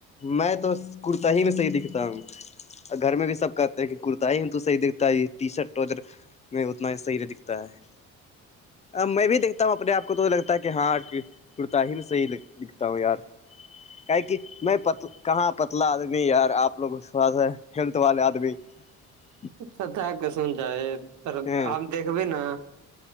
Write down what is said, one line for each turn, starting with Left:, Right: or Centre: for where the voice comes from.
Left: میں تو کرتا ہی میں صحیح دکھتا ہوں اور گھر میں بھی سب کہتے ہیں کہ کرتا ہی ہم تو صحی دکھھتا ہے ٹی شرٹ ٹرٹ نہیں اتنا ہی صحیح نہیں دکھتا ہے ا میں بھی دیکھتا ہوں اپنے آپ کو تو لگتا ہے کہ ہاں کرتا ہی بھی صحیح دکھتا ہوں یار کیا کہ میںت کہاں پتلا آدمی یار آپ لوگ تھوڑا سا ہیلتھ والے آدمی اچ <unintelligible>
Right: اچ ست کے سن جائے تر
Left: ہیں
Right: ہم دیکھبے نا